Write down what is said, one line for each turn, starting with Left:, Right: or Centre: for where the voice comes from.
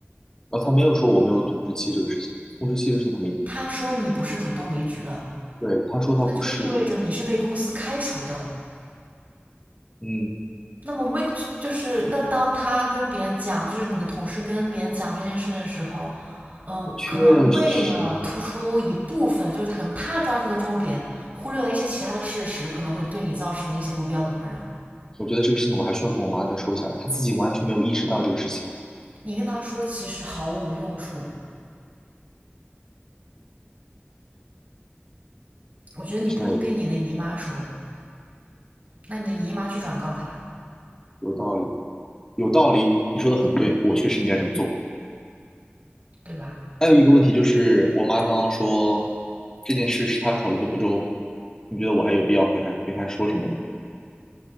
Left: 啊，他没有说我没有通知期这个事情，通知期这个事情他没提，
Right: 他说你不是主动离职的，
Left: 对，他说他不是，
Right: 那就意味着你是被公司开除的。
Left: 嗯，
Right: 那么 week 就是那当他跟别人讲，就是你的同事跟别人讲这件事的时候，嗯，
Left: 确实，
Right: 可能为了突出一部分，就是他可能他抓住的重点，忽略了一些其他的事实，可能会对你造成一些不必要的困扰。
Left: 我觉得这个事情我还需要跟我妈再说一下，她自己完全没有意识到这个事情。
Right: 你跟他说其实毫无用处，我觉得你不如跟你的姨妈说，
Left: 我现在有
Right: 那你的姨妈去转告他，
Left: 有道理，有道理，你说的很对，我确实应该这么做。
Right: 对吧？
Left: 还有一个问题就是，我妈刚刚说这件事是她考虑的不周，你觉得我还有必要回她回她说什么吗？